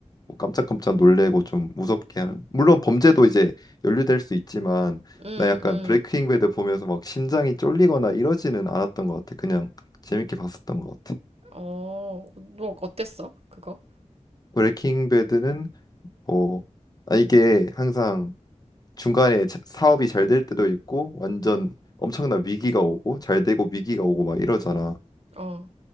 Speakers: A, on the left; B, on the right.
A: 뭐 깜짝깜짝 놀래고 좀 무섭게 하는 물론 범죄도 이제 연루될 수 있지만
B: 음,
A: 나 약간
B: 음,
A: 브레이킹 배드 보면서 막 심장이 쫄리거나 이러지는 않았던 것 같아 그냥 재밌게 봤었던 것 같아
B: 어, 너 어땠어? 그거?
A: 브레이킹 배드는 뭐 아, 이게 항상 중간에 자- 사업이 잘 될 때도 있고 완전 엄청난 위기가 오고 잘 되고 위기가 오고 막 이러잖아
B: 어,